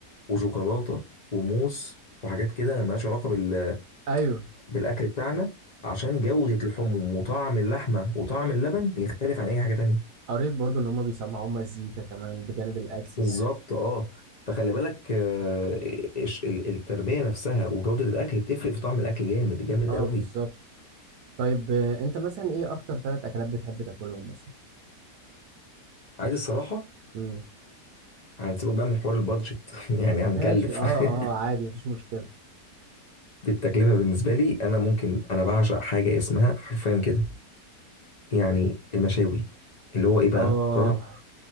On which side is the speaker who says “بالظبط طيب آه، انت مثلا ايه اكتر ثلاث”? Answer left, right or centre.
Right